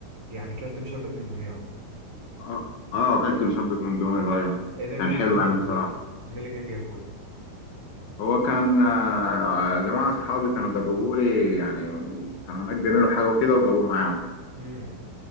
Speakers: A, on the right (about 35°); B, on the left (about 65°).
A: يعني كلت مشبك من دمياط
B: اه اه اكلت مشبك من دمياط ايوه
A: ايه ده مين
B: كان
A: اللي
B: حلو
A: كان
B: يعني
A: جايبهولك
B: بصراحه
A: مين اللي كان جايبهولك
B: هو كان آه، جماعه اصحابي كانوا جابوه لي يعني كانوا هناك بيعملوا حاجه وكده وجابوه معاهم
A: امم